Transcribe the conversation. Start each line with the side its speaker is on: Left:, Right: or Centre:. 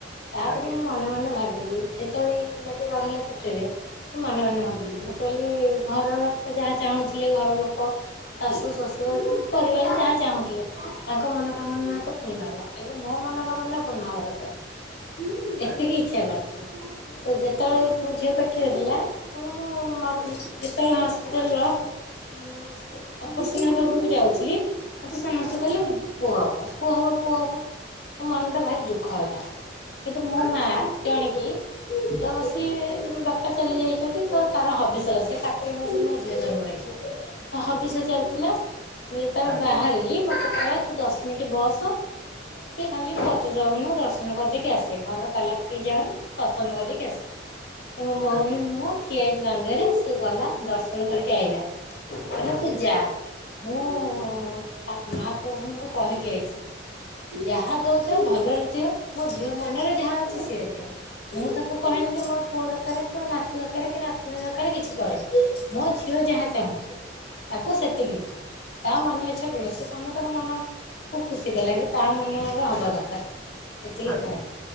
Left: ତାପରେ
Centre: ଆଜ୍ଞା
Left: ମୁଁ ମନେ ମନେ ଭାରି ଭାବିଲି ଯେତେବେଳେ ପିଲାଟି ରହିଲେ ପେଟରେ ମୁଁ ମନେ ମନେ ଭାବିଲି ମୁଁ କହିଲି ଘରର ତ ଯାହା ଚାହୁଁଥିଲେ ଘର ଲୋକ ଶାଶୁ ଶ୍ୱଶୁର ପରିବାର ଯାହା ଚାହୁଁଥିଲେ ତାଙ୍କ ମନ ମନ ତ ପୂର୍ଣ୍ଣ ହେଲା ଏବେ ମୋ ମନ କାମନା ପୂର୍ଣ୍ଣ ହେବ। ଏତିକି
Centre: ଆଜ୍ଞା
Left: ଇଚ୍ଛା କରିଥିଲି। ତ ଯେତେବେଳେ ମୋ ଝିଅ ପେଟରେ ଥିଲା ମୁଁ ମୁଁ ଯେତେବେଳେ ହସ୍ପିଟାଲର ଉ ଅପରେସନ୍ ହେବାକୁ ବି ଯାଉଥିଲି ମୋତେ ସମସ୍ତେ କହିଲେ
Centre: ଆଜ୍ଞା
Left: ପୁଅ ହେବ। ପୁଅ ହେବ ପୁଅ ହେବ ମୋ ମନଟା ଭାରି ଦୁଃଖ ହେଲା କିନ୍ତୁ ମୋ
Centre: ଆଜ୍ଞା ଆଚ୍ଛା।
Left: ମା ଜାଣିକି ହଁ ତ ସିଏ ବାପା ଚାଲି ଯାଇଛନ୍ତି ତ ତାର ହବିଷ ତ ସେ କାର୍ତ୍ତିକ ମାସରେ ମୋ ଝିଅ ଜନ୍ମ ହେଇଛି। ତା ହବିଷ୍ୟ ଚାଲିଥିଲା ମୁଁ ଯେତେବେଳେ
Centre: ଆଜ୍ଞା
Left: ବାହାରିଲି ମୋତେ କହିଲ ତୁ ଦଶ ମିନିଟ୍ ବସ ହଁ ମୁଁ ଟିକିଏ ଖାଲି ପାଞ୍ଚ ଯୌବନ ଦର୍ଶନ କରିଦେଇକି ଆସେ ଘର ତାଲା ପକେଇ ଦେଇକି ଯାଆନି ଦର୍ଶନ କରିଦକି ଆସେ। ତ ମୋ ଭଉଣୀ
Centre: ଆଜ୍ଞା
Left: ମୁଁ ଠିଆ ହେଇଛିି ଦାଣ୍ଡରେ ସିଏ ଗଲା ଦର୍ଶନ କରିକି ଆଇଲା। ହେଲା
Centre: ଆଜ୍ଞା
Left: ତୁ ଯା ମୁଁ ଠା ମହାପ୍ରଭୁଙ୍କୁ କହିକି ଆଇଛି ଯାହା ଦଉଛ ଭଲରେ ଦିଅ। ମୋ ଝିଅ ମନରେ ଯାହା ଅଛି ଦିଅ ମୁଁ ତାକୁ କହିହନି ଯେ ମୋର ପୁଅ ଦରକାର ତୋ ନାତି ଦରକାର କି ନାତୁଣୀ ଦରକାର କିଛି କହିନି ମୋ ଝିଅ ଯାହା ଚାହୁଁଛି ତାକୁ ସେତିକି ଦିଅ ତା ମନ ଇଚ୍ଛା ଦିଅ ସେ ସମସ୍ତଙ୍କ ମନକୁ ଖୁସି କଲା ଏବେ। ତା ମନରେ ହେବା ଦରକାର ଏତିକି
Centre: ଆଜ୍ଞା
Left: କହିଲେ।